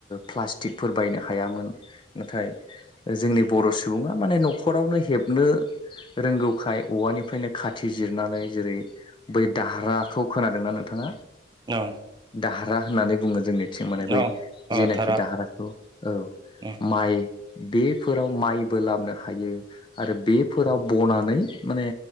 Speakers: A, on the left; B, on the right.
A: प्लास्टिकफोर बायनो हायामोन नाथाय जोंनि बर' सुबुङा माने न'खरावनो हेबनो रोंगौखाय औवानिफ्रायनो खाथि जिरनानै जेरै बै दाहाराखौ खोनादोंना बिथाङा
B: औ
A: दाहारा होननानै बुङो जोंनि आथिं माने बै
B: औ औ
A: जेनाखि
B: थारा
A: दाहाराखौ औ
B: औ
A: माइ बेफोराव माइबो लाबनो हायो आरो बेफोराव बनानै माने